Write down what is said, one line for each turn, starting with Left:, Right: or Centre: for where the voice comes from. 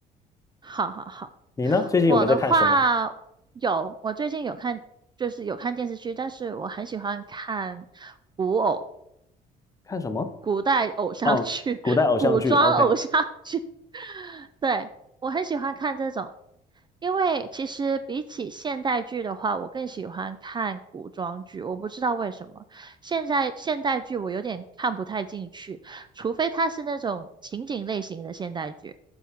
Right: 好好好，
Left: 你呢？最近有没有在看什么？
Right: 我的话有，我最近有看，就是有看电视剧，但是我很喜欢看。古偶。
Left: 看什么？
Right: 古代偶像剧、
Left: 哦，古代偶像剧，OK。
Right: <laughs> 古装偶像剧。对，我很喜欢看这种，因为其实比起现代剧的话，我更喜欢看古装剧。我不知道为什么，现在现代剧我有点看不太进去，除非它是那种情景类型的现代剧。